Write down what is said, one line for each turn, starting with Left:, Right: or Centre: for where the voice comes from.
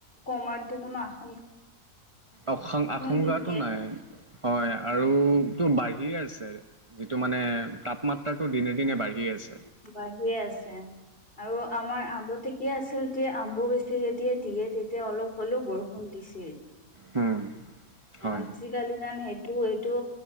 Left: কমাৰতো কোনো আ
Right: অশাং আশংকাটো
Left: নিদিয়ে
Right: নাই হয় আৰু তো বাই বাঢ়িয়ে আছে যিটো মানে তাপমাত্ৰাটো দিনে দিনে বাঢ়ি আছে
Left: বাঢ়িয়ে আছে আৰু আমাৰ আগতে কি আছিল যে অম্বুবাচী যেতিয়া দিয়ে তেতিয়া অলপ হ'লেও বৰষুণ দিছিল।
Right: হুম হয়
Left: আজিকালি যান সেইটো এইটো।